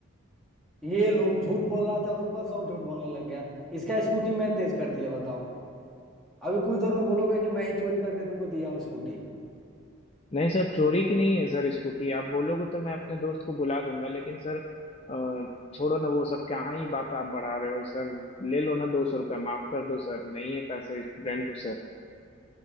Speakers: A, in the centre; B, on the left.
A: ये लो झूठ बोल रहा था ऊपर से और झूठ बोलने लग गया इसका स्कूटी मैं तेज कर दिया बताओ अभी कुछ देर में बोलोगे कि मैं ही चोरी करके तुमको दिया हूँ स्कूटी
B: नहीं सर चोरी की नहीं है सर स्कूटी आप बोलोगे तो मैं अपने दोस्त को बुला दूंगा लेकिन सर अ, छोड़ो ना वो सब कहाँ ही बात आप बढ़ा रहे हो सर ले लो ना दो सौ रुपया माफ कर दो सर नहीं है पैसे स्टूडेंट हूँ सर